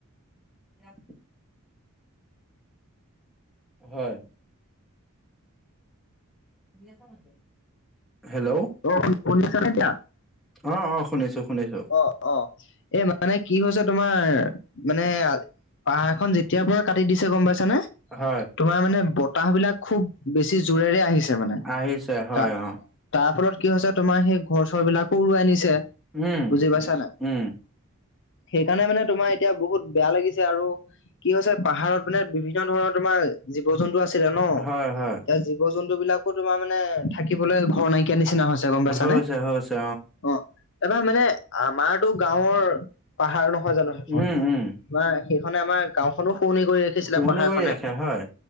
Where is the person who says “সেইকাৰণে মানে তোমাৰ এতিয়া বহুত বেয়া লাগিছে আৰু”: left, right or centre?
Left